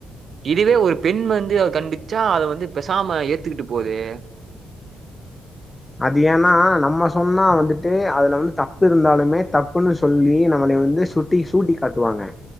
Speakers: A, on the right (about 50°); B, on the left (about 20°).
A: இதுவே ஒரு பெண் வந்து கண்டிச்சா அத வந்து பெசாம ஏத்துக்கிட்டு போதே
B: அது ஏன்னா நம்ம சொன்னா வந்துட்டு அதுல வந்து தப்பு இருந்தாலுமே தப்புன்னு சொல்லி நம்மளை வந்து சு ட்டி சூட்டி காட்டுவாங்க